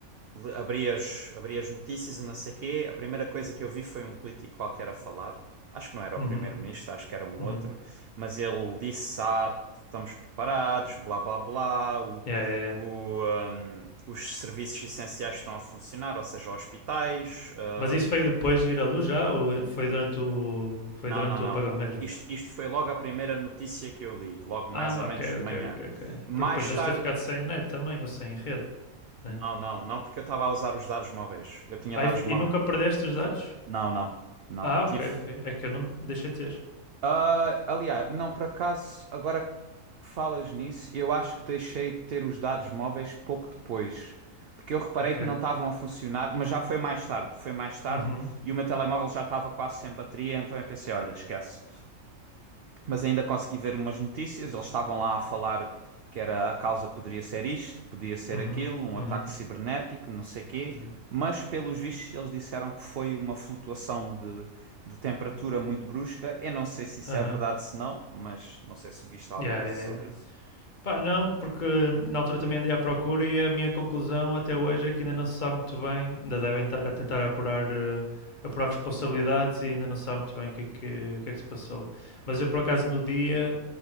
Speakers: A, on the right; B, on the left.
A: Le- Abri as, abri as notícias e não sei quê. A primeira coisa que eu vi foi um político qualquer a falar. Acho que não era
B: uhum,
A: o primeiro-ministro, acho que era um
B: uhum.
A: outro, mas ele disse, ah, estamos preparados, blá blá blá, o,
B: Yeah, yeah, yeah.
A: o, hum, os serviços essenciais estão a funcionar, ou seja, hospitais, ah,
B: Mas isso foi depois de vir à luz já ou foi durante o foi
A: Não,
B: durante
A: não, não.
B: o apagão mesmo?
A: Isto, isto foi logo a primeira notícia que eu li, logo mais
B: Ah,
A: ou menos
B: ok,
A: de
B: ok,
A: manhã.
B: ok, ok.
A: Mais
B: Porque depois deves
A: tarde.
B: ter ficado sem net também ou sem rede, né?
A: Não, não, não, porque eu estava a usar os dados móveis. Eu tinha
B: Ah,
A: dados
B: e, f-
A: móveis.
B: e nunca perdeste os dados?
A: Não, não, não.
B: Ah, ok,
A: Tive.
B: ok. É que eu não deixei ter.
A: Ah, aliás, não, por acaso, agora que falas nisso, eu acho que deixei de ter os dados móveis pouco depois. Porque eu reparei
B: Ok.
A: que não estavam a funcionar, mas já foi mais tarde. Foi mais tarde
B: Uhum,
A: e o meu telemóvel já estava quase sem bateria, então eu pensei: olha, esquece. mas ainda consegui ver umas notícias. Eles estavam lá a falar que era a causa poderia ser isto, que podia ser
B: uhum,
A: aquilo, um
B: uhum.
A: ataque cibernético, não sei quê.
B: Exato.
A: Mas, pelos vistos, eles disseram que foi uma flutuação de, de temperatura muito brusca. Eu não sei se isso
B: Aham.
A: é verdade, se não, mas não sei se viste alguma
B: Yeah,
A: coisa
B: yeah,
A: sobre
B: yeah.
A: isso.
B: Pá, não, porque na altura também andei à procura e a minha conclusão até hoje é que ainda não se sabe muito bem, ainda devem estar a tentar apurar, eh, apurar responsabilidades e ainda não se sabe muito bem o que é que, o que é que se passou. Mas eu, por acaso, no dia